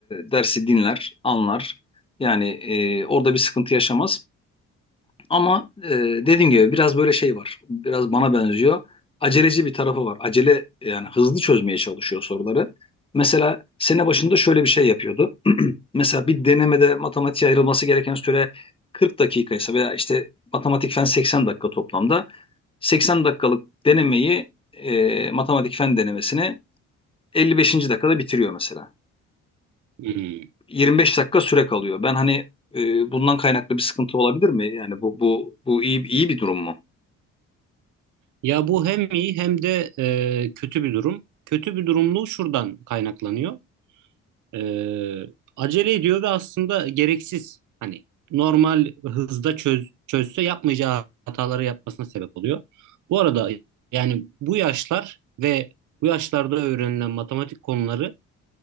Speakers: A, on the left (about 20°); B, on the right (about 75°).
A: dersi dinler, anlar. Yani e, orada bir sıkıntı yaşamaz. Ama e, dediğim gibi biraz böyle şey var. Biraz bana benziyor. Aceleci bir tarafı var. Acele yani hızlı çözmeye çalışıyor soruları. Mesela sene başında şöyle bir şey yapıyordu. <clears throat> Mesela bir denemede matematiğe ayrılması gereken süre 40 dakika ise veya işte matematik fen 80 dakika toplamda 80 dakikalık denemeyi e, matematik fen denemesini 55. dakikada bitiriyor mesela.
B: Hı.
A: 25 dakika süre kalıyor. Ben hani e, bundan kaynaklı bir sıkıntı olabilir mi? Yani bu bu bu iyi iyi bir durum mu?
B: Ya bu hem iyi hem de e, kötü bir durum. Kötü bir durumluğu şuradan kaynaklanıyor. E, acele ediyor ve aslında gereksiz hani normal hızda çöz, çözse yapmayacağı hataları yapmasına sebep oluyor. Bu arada yani bu yaşlar ve bu yaşlarda öğrenilen matematik konuları